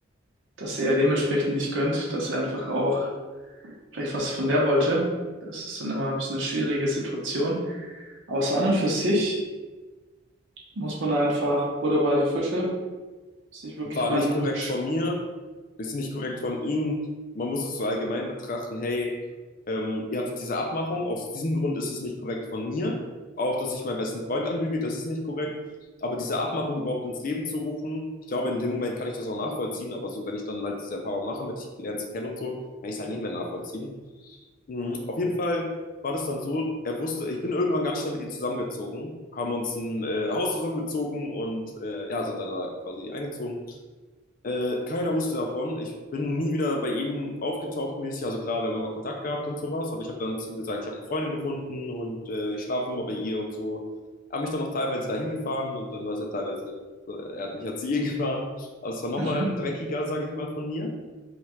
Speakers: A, on the right; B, on the left.
A: dass er dementsprechend nicht gönnt, dass er einfach auch vielleicht was von der wollte. Das ist dann immer ein bisschen eine schwierige Situation. Aber so an und für sich muss man da einfach Butter bei die Fische, sich wirklich
B: War
A: mal
B: nicht
A: ein...
B: korrekt
A: Sch
B: von mir, ist nicht korrekt von ihm. Man muss es so allgemein betrachten, hey, ähm, ihr hattet diese Abmachung, aus diesem Grund ist es nicht korrekt von mir. Auch, dass ich meinen besten Freund anlüge, das ist nicht korrekt. Aber diese Abmachung überhaupt ins Leben zu rufen, ich glaube, in dem Moment kann ich das auch nachvollziehen, aber so, wenn ich dann halt diese Erfahrung mache, mit ich lerne es kennen und so, kann ich es halt nicht mehr nachvollziehen. Mhm, Auf jeden Fall war das dann so, er wusste, ich bin irgendwann ganz schnell mit ihr zusammengezogen, haben uns ein äh, Haus zusammengezogen und äh, ja, sind dann da quasi eingezogen. Äh, keiner wusste davon. Ich bin nie wieder bei ihm aufgetaucht mäßig. Also klar, wir haben immer Kontakt gehabt und sowas, aber ich habe dann zu ihm gesagt, ich habe eine Freundin gefunden und äh, ich schlafe immer bei ihr und so. Hab mich dann noch teilweise dahin gefahren und dann war es ja teilweise, so, er hat mich ja zu ihr <laughs> gefahren. Also es war nochmal
A: mhm.
B: dreckiger, sage ich mal, von mir.